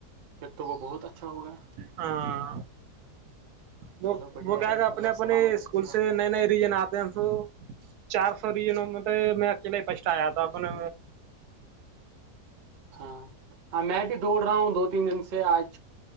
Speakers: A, on the right; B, on the right.
A: تو وہ بہت اچھا ہوگا
B: ہاں وہ
A: چلو بڑھیا
B: وہ کیا
A: ہے
B: کہ اپنے
A: اللہ
B: اپنے
A: سلامت
B: اسکول
A: رکھیے آپ
B: سے
A: کو
B: نئے نئے ریجن آتے ہیں تو چار سو ری ن مطلب میں اکیلا ہی پسٹایا تھا اپنے
A: ہاں ہاں میں بھی دوڑ رہا ہوں دو تین دن سے آج